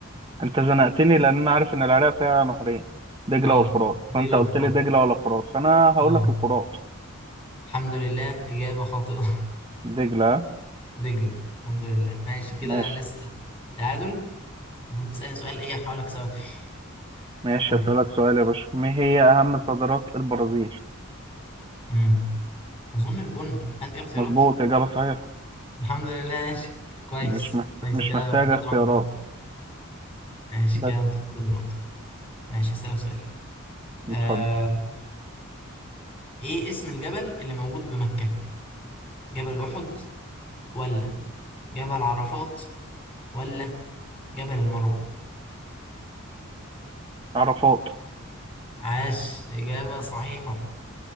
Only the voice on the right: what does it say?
انت زنقتني لان انا عارف ان العراق فيها نهرين دجلة
والفرات
فانت قلت
لي دجلة ولا فرات فانا هقول
لك الفرات
دجلة
ماشي
ماشي
اسألك سؤال يا باشا ما هي اهم صادرات البرازيل
مظبوط اجابة صحيحة
مش محت...
مش
محتاجة
اختيارات
بس
اتفضل
عرفات